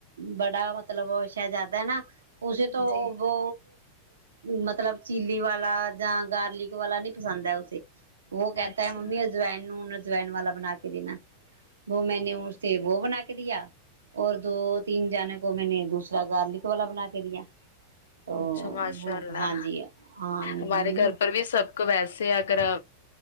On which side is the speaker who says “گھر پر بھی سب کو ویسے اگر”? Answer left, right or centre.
Left